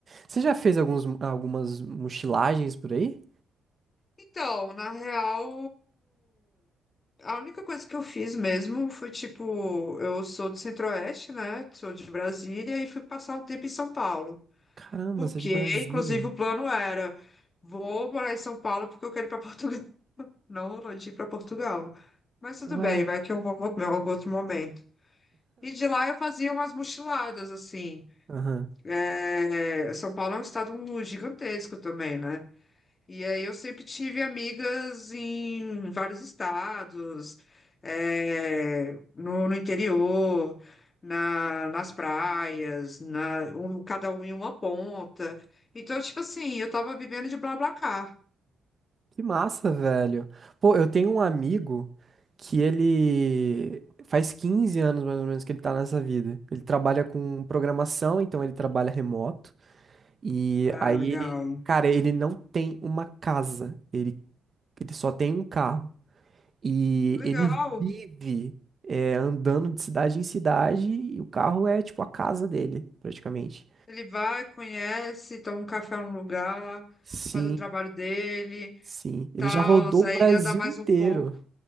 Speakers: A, on the right; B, on the left.
A: Você já fez alguns, algumas mochilagens por aí?
B: Então, na real, a única coisa que eu fiz mesmo foi, tipo, eu sou do Centro-Oeste, né? Sou de Brasília e fui passar um tempo em São Paulo.
A: Caramba,
B: Porque,
A: você é de Brasília.
B: inclusive, o plano era, vou morar em São Paulo porque eu quero ir para Portugal. <laughs> Não, não de ir para Portugal. Mas tudo
A: Ué.
B: bem, vai que é um algum outro momento. E de lá eu fazia umas mochiladas, assim.
A: Aham.
B: É, São Paulo é um estado gigantesco também, né? E aí eu sempre tive amigas em vários estados, é, no, no interior, na- nas praias, na, um- cada um em uma ponta. Então, tipo assim, eu tava vivendo de BlaBlaCar.
A: Que massa, velho. Pô, eu tenho um amigo que ele faz 15 anos mais ou menos que ele tá nessa vida. Ele trabalha com programação, então ele trabalha remoto. E
B: Cara,
A: aí
B: legal.
A: ele, cara, ele não tem uma casa. Ele, ele só tem um carro. E
B: Legal.
A: ele vive é, andando de cidade em cidade e o carro é tipo a casa dele, praticamente.
B: Ele vai, conhece, toma um café num lugar,
A: Sim,
B: faz o trabalho dele
A: sim.
B: e
A: Ele
B: tal.
A: já rodou o
B: Aí
A: Brasil
B: ele anda mais
A: inteiro,
B: um pouco.